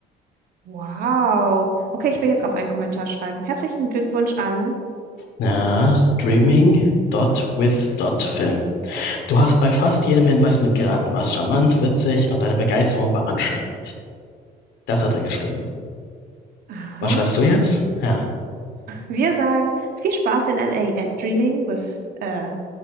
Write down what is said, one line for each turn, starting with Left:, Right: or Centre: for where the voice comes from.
Right: Wow. Okay, ich will jetzt auch einen Kommentar schreiben. Herzlichen Glückwunsch an.
Left: Ja, Dreaming. Dot with dot Film. Du hast bei fast jedem Hinweis mitgeraten, warst charmant, witzig und deine Begeisterung war ansteckend. Das hat er geschrieben.
Right: Aha.
Left: Was schreibst du jetzt?
Right: Also.
Left: Ja.
Right: Wir sagen viel Spaß in LA at Dreaming with, äh,